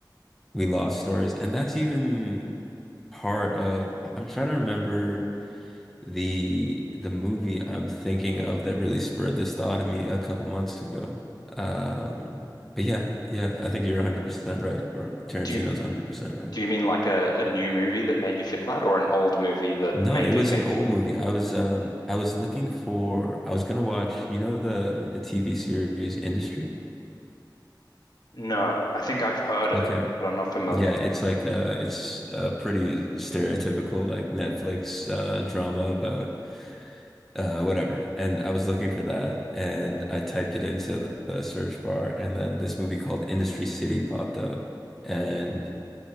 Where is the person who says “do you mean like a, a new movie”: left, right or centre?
Left